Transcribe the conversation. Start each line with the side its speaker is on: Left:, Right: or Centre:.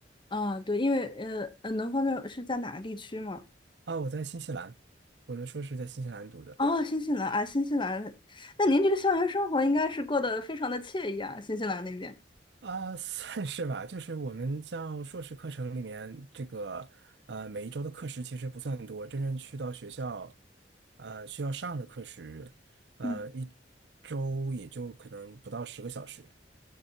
Left: 啊，对，因为呃呃，能方便是在哪个地区吗？
Right: 啊，我在新西兰，我的硕士在新西兰读的
Left: 哦，新西兰啊，新西兰，那您这个校园生活应该是过得非常的惬意啊，新西兰那边。
Right: 啊，算是吧。就是我们像硕士课程里面这个呃，每一周的课时其实不算多，真正去到学校呃需要上的课时，呃，
Left: 嗯。
Right: 一周也就可能不到十个小时，